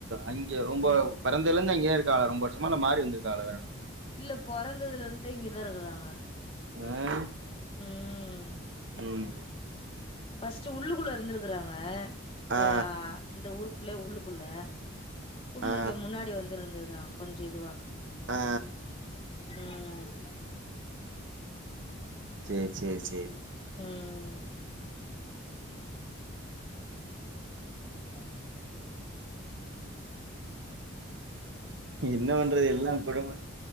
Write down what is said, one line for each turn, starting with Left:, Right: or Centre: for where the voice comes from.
Right: அங் கியே ரொம்ப
Left: ம்
Right: பிறந்தல இன்ன இங்கியே இருக்காகலா ரொம்ப வருஷமா இல்ல மாறி வந்துருக்காகல வேற எடோ
Left: இல்ல பொறந்ததுலருந்தே இங்கதா இருக்கறாங்க
Right: உம்
Left: உம்
Right: உம்
Left: பஸ்ட்டு உள்ளுக்குள்ள இருந்துருக்கறாங்க இந்த
Right: ஆ
Left: அ இந்த ஊருக்கு ள்ளே உள்ளுக்குள்ள ப்பமு
Right: ஆ
Left: இங்க முன்னாடி வந்திருந்திருக்காங்க கொஞ்ச இதுவா
Right: ஆ
Left: உம்
Right: சேர் சேர் சேரி
Left: ம் <inaudible>
Right: என்ன பண்றது எல்லாங் கொடும